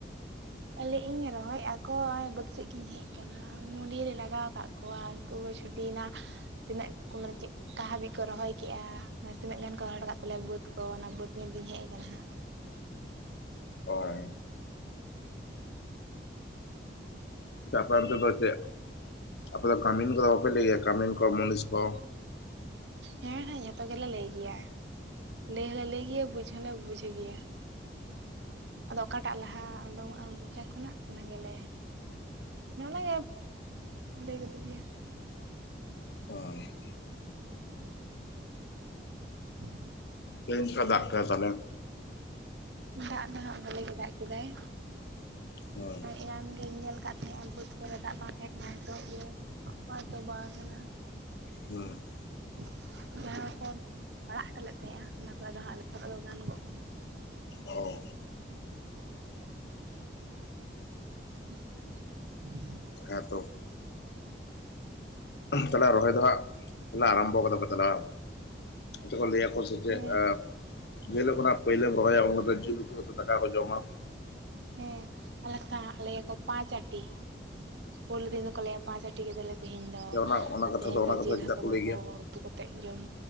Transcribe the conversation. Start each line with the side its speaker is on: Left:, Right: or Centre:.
Right: ᱞᱟᱭᱮᱫ-ᱟᱹᱧ ᱨᱚᱦᱚᱭᱮᱫᱼᱟ ᱠᱚ ᱚᱸᱭ ᱵᱟᱹᱫᱽ ᱥᱮᱫ ᱜᱤᱧ ᱦᱮᱡ ᱟᱠᱟᱱᱟ᱾ ᱢᱩᱰᱤᱨ ᱮ ᱞᱟᱜᱟᱣ ᱟᱠᱟᱫ ᱠᱚᱣᱟ ᱩᱱᱠᱩ ᱠᱚ ᱪᱷᱩᱴᱤᱭᱮᱱᱟ ᱛᱤᱱᱟᱹᱜ ᱠᱚ ᱢᱟᱱᱮ ᱪᱮᱜ ᱚᱠᱟ ᱦᱟᱹᱵᱤᱡ ᱠᱚ ᱨᱚᱦᱚᱭ ᱠᱮᱜᱼᱟ ᱢᱟᱱᱮ ᱛᱤᱱᱟᱹᱜ ᱜᱟᱱ ᱠᱚ ᱨᱚᱦᱚᱲ ᱟᱠᱟᱫ ᱛᱟ ᱞᱮᱭᱟ ᱵᱟᱹᱫᱽ ᱠᱚ ᱚᱱᱟ ᱵᱟᱹᱫᱽ ᱧᱮᱞ ᱜᱤᱧ ᱦᱮᱡ ᱟᱠᱟᱱᱟ ᱦᱟᱸᱜ ᱾
Left: ᱚᱸᱭ ᱟᱯᱮ ᱚᱱᱛᱮ ᱫᱚ ᱪᱮᱫ ᱟᱯᱮ ᱫᱚ ᱠᱟᱢᱤᱱ ᱠᱚᱫᱚ ᱵᱟᱯᱮ ᱞᱟᱹᱭᱟ ᱠᱟᱢᱤᱱ ᱠᱚ ᱢᱩᱱᱤᱥ ᱠᱚ?
Right: ᱦᱮᱸ ᱦᱮᱸ ᱡᱷᱚᱛᱚ ᱜᱮᱞᱮ ᱞᱟᱹᱭ ᱜᱮᱭᱟ ᱾ ᱞᱟᱹᱭ ᱦᱚᱸᱞᱮ ᱞᱟᱹᱭ ᱜᱮᱭᱟ ᱵᱩᱡᱽ ᱦᱚᱸᱞᱮ ᱵᱩᱡᱷ ᱜᱮᱭᱟ ᱾ ᱟᱫᱚ ᱚᱠᱟᱴᱟᱜ ᱞᱟᱦᱟ ᱟ ᱳᱸᱰᱳᱚᱜᱼᱟ ᱢᱚᱪᱟ ᱠᱷᱚᱱᱟᱜ ᱚᱱᱟ ᱜᱮᱞᱮ ᱱᱚᱞᱮᱭᱮᱵᱷ ᱞᱟᱹᱭ ᱠᱟᱛᱮ ᱜᱮ
Left: ᱟ
Right: ᱩᱷ ᱾
Left: ᱛᱮᱹᱦᱮᱹᱧ ᱪᱮᱠᱟ ᱫᱟᱜ ᱠᱮ ᱟ ᱛᱟᱦᱞᱮ?
Right: ᱫᱟᱜ ᱫᱚ ᱦᱟᱸᱜ ᱵᱷᱟᱞᱮᱹ ᱜᱮ ᱫᱟᱜ ᱠᱮᱫᱟᱭ
Left: ᱦᱮᱸ
Right: ᱮᱱᱟᱝ ᱜᱤᱧ ᱧᱮᱞ ᱠ ᱠᱟᱜ ᱛᱟᱦᱮᱸᱼᱟ ᱵᱟᱹᱫᱽ ᱠᱚᱨᱮ ᱫᱟᱜ ᱵᱟᱝ ᱛᱟᱦᱮᱸ ᱠᱟᱱᱟ ᱱᱤᱛᱚᱜ ᱜᱮ ᱦᱚᱸᱜ-ᱚᱭ ᱛᱚᱸᱵᱟ ᱟᱠᱟᱱᱟ᱾
Left: ᱦᱩᱸᱦ ᱾
Right: <unintelligible> ᱡᱟᱦᱟᱸ ᱠᱚ ᱟᱲᱟᱜ ᱦᱚᱴᱚ ᱞᱮᱜ ᱛᱟᱦᱮᱸᱜᱼᱟ ᱚᱱᱟ ᱠᱚ ᱟᱫᱚ ᱦᱟᱸᱜ ᱞᱚᱥᱚᱫ ᱫᱚ ᱜᱟᱱ ᱜᱚᱜ ᱠᱟᱱᱟ᱾
Left: ᱚᱣ ᱾
Right: ᱰᱮᱠ-ᱠᱚᱡ -ᱰᱷᱩᱣᱟᱝ ᱾
Left: ᱦᱮᱸ ᱛᱚ ᱾ ᱩᱷᱦ,
Right: ᱦᱳᱭ᱾
Left: ᱛᱟᱦᱞᱮ ᱨᱚᱦᱚᱭ ᱫᱚ ᱦᱟᱸᱜ ᱟᱨᱟᱢᱵᱚ ᱠᱟᱫᱟ ᱯᱮ ᱛᱟᱞᱦᱮ ᱵᱟᱝ? ᱪᱚᱜ ᱪᱮᱜ ᱠᱚ ᱞᱮᱹᱭᱟ ᱟᱠᱚ ᱥᱮ ᱪᱮᱜᱼ
Right: ᱦᱮᱸ
Left: ᱟ᱾ ᱡᱮᱹᱦᱤᱞᱳᱜ ᱠᱷᱚᱱᱟᱜ ᱯᱳᱭᱞᱳᱢ ᱨᱚᱦᱚᱭᱟ ᱡᱤᱞ ᱩᱛᱩ ᱟᱛᱮ ᱫᱟᱠᱟ ᱠᱚ ᱡᱚᱢᱟ
Right: ᱦᱮᱸ, ᱟᱞᱮ ᱥᱟᱸᱜ ᱞᱟᱹᱭᱟᱠᱚ ᱯᱟᱸᱪ ᱟᱴᱤ᱾ ᱯᱳᱭᱞᱩ ᱫᱤᱱ ᱫᱚᱠᱚ ᱞᱟᱹᱭᱟ ᱯᱟᱸᱪ ᱟᱴᱤ ᱠᱮᱫᱟᱞᱮ ᱛᱮᱹᱦᱤᱧ ᱫᱚ
Left: ᱚᱱᱟ ᱚᱱᱟ
Right: ᱟᱨ
Left: ᱠᱟᱛᱷᱟ
Right: ᱛᱮᱹᱦᱮᱹᱧ
Left: ᱚᱱᱟ
Right: ᱫᱚ
Left: ᱠᱟᱛᱷᱟ
Right: ᱡᱮᱹᱞ
Left: ᱪᱮᱫᱟᱜ
Right: ᱦᱟᱠᱳ
Left: ᱞᱟᱹᱭ
Right: ᱠᱚ
Left: ᱜᱮᱭᱟ
Right: ᱩᱛᱩ ᱠᱟᱛᱮᱜ ᱡᱚᱢ